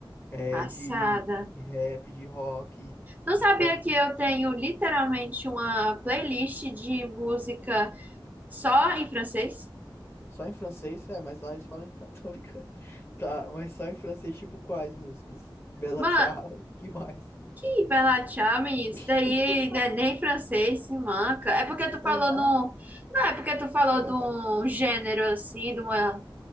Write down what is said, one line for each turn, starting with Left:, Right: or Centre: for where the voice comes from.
Left: é,
Right: Passada.
Left: de, de rap, de rock,
Right: Tu
Left: de
Right: sabia
Left: pop.
Right: que eu tenho literalmente uma playlist de música só em francês?
Left: Só em francês? É, mas lá eles falam. Tá, tô brincando. Tá, mas só em francês, tipo, quais músicas? Bella
Right: Mano,
Left: Ciao, que mais?
Right: ih, Bela Tchau, menino, isso
Left: <laughs>
Right: daí não é nem francês, se manca. É porque tu falou
Left: É nada,
Right: no. Não, é porque tu falou
Left: é verdade.
Right: de um gênero assim, de uma,